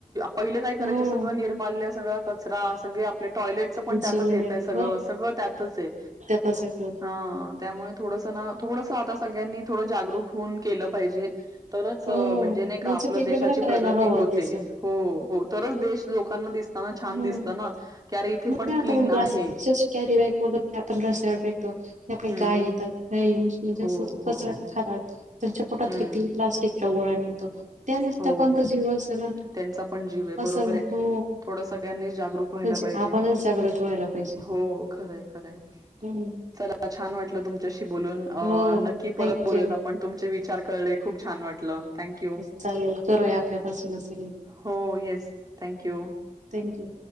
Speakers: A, on the right; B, on the right.
A: पहिले काय करायचे
B: हो
A: सगळं निर्माल्य सगळा कचरा सगळे. आप टॉयलेटचं पण त्यातच
B: जमिनीत
A: येतय सगळं सगळं त्यातच आहे.
B: कस ख.
A: हा त्यामुळे थोडस ना थोडस आता सगळ्यांनी थोडं जागरूक होऊन केलं पाहिजे. तरच
B: हो
A: म्हणजे नाही आपलं
B: वेगवेगळा
A: देशाची
B: करायला
A: प्रगती
B: हवा
A: होते
B: त्याच
A: हो हो तरच देश. लोकांना दिसत. दिसताना छान
B: हम्म
A: ना की अरे इथे
B: म
A: पण
B: आताण
A: क्लीन
B: प्लॅस्टिक
A: आहे
B: कॅरी बॅग बत आपण रस्त्यावर फेकतो त्या आप
A: हम्म
B: गाय येतात गाई मतच
A: हो हो हो
B: खात तुमच्या पोटात
A: हम्म
B: किती प्लास्टिकच्या गोळा निघतो. त्यानुसार
A: हो
B: आपण तो जीव अस ना
A: त्यांचा पण जीव आहे
B: असल
A: बरोबर आहे
B: हो
A: थोडं सगळ्यांनी जागरूक व्हायला
B: म्हणजे
A: पाहिजे.
B: आपणच जागृत व्हायला पाहिजे
A: हो खरं खरंय
B: हम्म.
A: चला. छान वाटलं तुमच्याशी बोलून
B: हो
A: नक्की
B: थँक्यू
A: परत बोलूयात आपण तुमचे विचार कळले खूप छान वाटलं थँक यू.
B: चालल करूया आपल्यापासून असेल.
A: हो येस थँक्यू
B: थँक्यू.